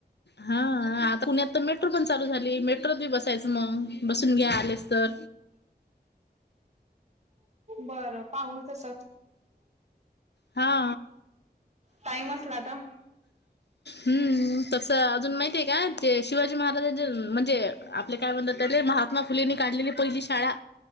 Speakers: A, on the left; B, on the right.
A: हा आता पुण्यात तर मेट्रो पण चालू झाली मेट्रोत बी बसायचं मग बसून घ्या आलेस तर
B: बरं पाहल तस
A: हा
B: टाईम
A: <unintelligible>
B: असला तर
A: हम्म. तसं अजून माहितीये का, जे शिवाजी महाराजांचे म्हणजे, आपले काय म्हणतात त्याले महात्मा फुलेंनी काढलेली पहिली शाळा